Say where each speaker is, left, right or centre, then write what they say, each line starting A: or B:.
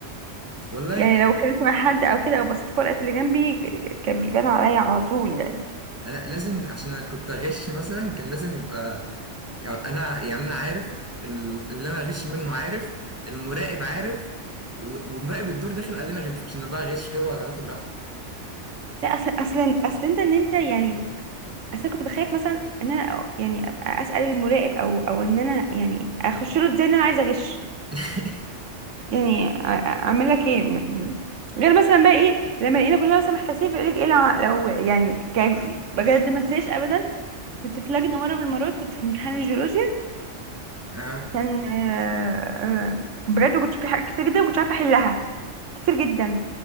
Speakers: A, on the right; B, on the right.
A: والله
B: يعني لو كلمت مع حد او كده او بصيت في ورقه اللي جنبي ك- كان بيبان عليا على طول يعني
A: انا لازم عشان انا كنت اغش مثلا كان لازم يبقى يعني انا يعني انا عارف ال- اللي انا اغش منه عارف المراقب عارف و- ومراقب الدور داخل قال لنا غش عشان انا بقى اغش كده ولا واخد راحتي
B: لا اصلا اصلا اصلا انت ان انت يعني اصلا كنت بخاف مثلا ان انا أ- يعني ابقى اسال المراقب او او ان انا يعني اخش له ازاي ان انا عايزه اغش
A: <laughs>
B: يعني أ- اعمل لك ايه م- م- غير مثلا بقى ايه لما الاقينا كلنا مثلا محتاسين في ايه الع- لو يعني كان بجد ما انساش ابدا كنت في لجنه مره من المرات كنت في امتحان الجيولوجيا
A: اه
B: كان آه، آه، بجد كنت في حاجات كتير جدا ما كنتش عارفه احلها كتير جدا